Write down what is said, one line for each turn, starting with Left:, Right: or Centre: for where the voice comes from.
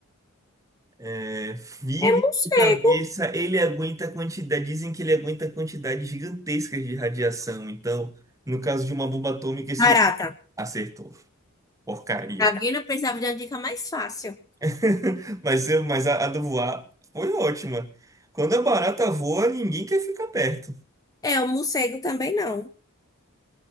Right: É, vive
Left: É morcego.
Right: sem cabeça, ele aguenta a quantidade, dizem que ele aguenta quantidades gigantescas de radiação. Então, no caso de uma bomba atômica, esse
Left: Barata.
Right: acertou. Porcaria.
Left: Tá vendo? Eu precisava de uma dica mais fácil.
Right: <laughs> Mas, eu- mas a, a do voar foi ótima. Quando a barata voa, ninguém quer ficar perto.
Left: É, o morcego também não.